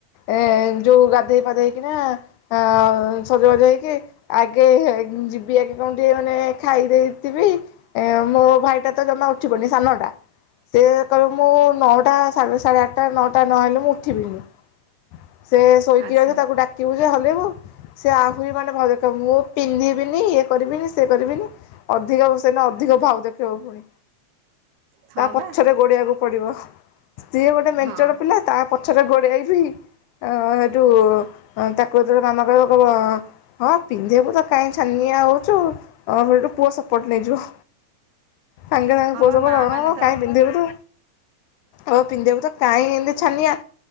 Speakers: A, on the left; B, on the right.
A: ଏ ଯୋଉ ଗାଧେଇ ପାଧେଇ କିନା ଆ ସଜବାଜ ହେଇକି ଆଗେ ଯିବି ଆଗେ କଣ ଟିକେ ମାନେ ଖାଇ ଦେଇଥିବି ମୋ ଭାଇଟା ତ ଜମା ଉ ଉଠିବନି ସାନଟା ସେ କହିବ ମୁଁ ନଅଟା ସାଢ଼େ ସାଢ଼େ ଆଠଟା ନଅଟା ନହେଲେ ମୁଁ ଉଠିବିନି ସେ ଶୋଇକି
B: ଆଚ୍ଛା
A: ରହିଥିବ ତାକୁ ଡ଼ାକି କେ ହଲେଇବୁ ସେ ଆହୁରି ମାନେ ଭାଉ ଦେଖେଇବ ମୁଁ ପିନ୍ଧିବିନି ଇଏ କରିବିନି ସିଏ କରିବିନି ଅଧିକ ସେନ ଅଧିକ ଭାଉ ଦେଖେଇବ ଫୁଣି
B: ହଁ
A: ତା ପଛରେ
B: ବା
A: ଗୋଡେଇଆକୁ ପଡ଼ିବ। ସିଏ ଗୋଟେ ମେଞ୍ଚଡ଼
B: ହଁ
A: ପିଲା ତା ପଛରେ ଗୋଡ଼େଇବି ଆ ହେଇଠୁ ହଁ ତାକୁ ଯେତେବେଳେ ମାମା କହିବ କଇବ ହଁ ପିନ୍ଧେଇବୁ ତ କାହିଁ ଛାନିଆ ହଉଛୁୁ ହଁ ହେଇଠୁ ପୁଅ ସପୋର୍ଟ ନେଇଯିବ ସାଙ୍ଗେ ସାଙ୍ଗେ
B: ହଁ
A: ପୁଅ
B: ବା
A: ସପୋର୍ଟ
B: ମା ମାନେ
A: ହଁ
B: ତ
A: କାଇଁ ପିନ୍ଧେଇବୁ ତୁ ହଁ ପିନ୍ଧେଇବୁ ତ କାହିଁ ଏମିତି ଛାନିଆ